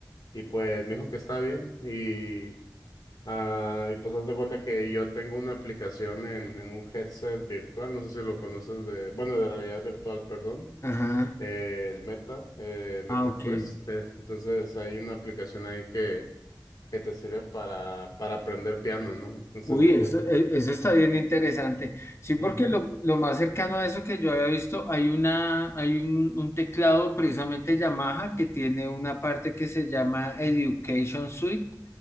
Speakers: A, on the left; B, on the left.
A: Y pues me dijo que está bien. Y, ah, y pues haz de cuenta que yo tengo una aplicación en, en un headset virtual, no sé si lo conoces de, bueno, de realidad virtual, perdón
B: Ajá.
A: eh, el Meta, eh, MetaQuest.
B: Ah, ok.
A: eh, entonces hay una aplicación ahí que, que te sirve para, para aprender piano, ¿no? Entonces
B: Uy,
A: así
B: eso,
A: es.
B: e- eso está bien interesante. Sí, porque
A: mhm
B: lo, lo más cercano a eso que yo había visto, hay una, hay un, un teclado precisamente Yamaha que tiene una parte que se llama Education Suite